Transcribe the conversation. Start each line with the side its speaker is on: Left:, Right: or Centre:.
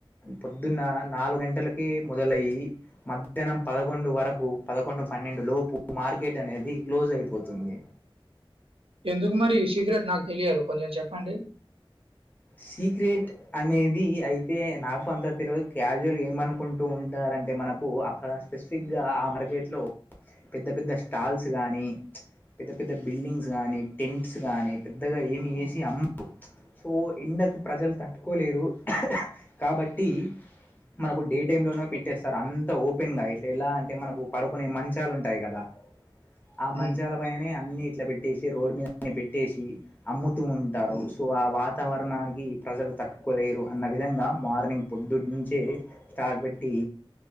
Left: పొద్దున్న నాలుగు గంటలకే మొదలై మధ్యాహ్నం పదకొండు వరకు పదకొండు పన్నెండు లోపు మా మార్కెట్ అనేది క్లోజ్ అయిపోతుంది
Right: ఎందుకు మరి ఈ సీక్రెట్ నాకు తెలియదు కొంచెం చెప్పండి
Left: సీక్రెట్ అనేది అయితే నాకు అంత తెలివదు క్యాజువల్గా ఏమనుకుంటూ ఉంటా రు అంటే మనకు అక్కడ స్పెసిఫిక్గా ఆ మార్కెట్లో పెద్ద పెద్ద స్టాల్స్ గాని పెద్ద పెద్ద బిల్డింగ్స్ గానీ టెంట్స్ గాని పెద్దగా ఏమి ఏసి అమ్మరు సో ఎండకు ప్రజలు తట్టుకోలేరు కాబట్టి మనకు డే టైమ్ లోనే పెట్టేస్తారు అంత ఓపెన్ గా ఇట్ ఎలా అంటే మనకు పడుకునే మంచాలు ఉంటాయి కదా ఆ
Right: హ్మ్.
Left: మంచాల పైనే అన్నీ ఇట్లా పెట్టేసి రోడ్ మీద పెట్టేసి అమ్ము తూ ఉంటారు
Right: హ్మ్.
Left: సో ఆ వాతావరణానికి ప్రజలు తట్టుకోలేరు అన్న విధంగా మార్నింగ్ పొద్దున్నుంచే స్టార్ పె పేట్టి